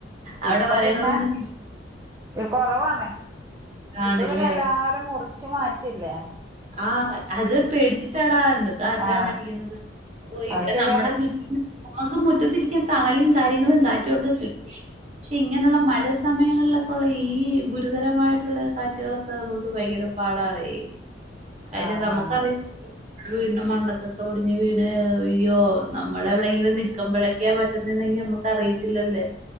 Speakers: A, on the right; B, on the right.
A: അവിടെ
B: ഇപ്പൊ
A: മരഞ്ഞളൊന്നും
B: പിന്നെ കൊറവാണ്
A: കാണില്ല.
B: ഇപ്പൊ പിന്നെ എല്ലാരും മുറിച്ച് മാറ്റല്ലേ
A: ആഹ് അത് പേടിച്ചിട്ടാടാ ന്ന് കാറ്റാണ്
B: ആ
A: അടിക്കുന്നത് ഓഹ്
B: അത്
A: ഇവിടെ
B: ശരിയാണ്
A: നമ്മടെ ചുറ്റും നമക്ക് മുറ്റത്തിരിക്കാൻ തണലും കാര്യങ്ങളും കാറ്റും ഒക്കെ കിട്ടും പക്ഷെ ഇങ്ങനെള്ള മഴ സമയങ്ങളിലൊക്കെ ഉള്ള ഈ ഗുരുതരമായിട്ട്ള്ള കാറ്റുകളൊക്കെ നമുക്ക് ഭയങ്കര പാടാണേ കാര്യം
B: ആ
A: നമുക്കറിയ
B: ആ
A: ഞമ്മടെ വീടിന്റെ മണ്ടക്കൊക്കൊടിഞ്ഞ് വീണ് അയ്യോ നമ്മളെ എവിടെങ്കിലും നിക്കുമ്പഴൊക്കെയാ പറ്റുന്നുന്നെങ്കി നമക്ക് അറിയത്തില്ലല്ലേ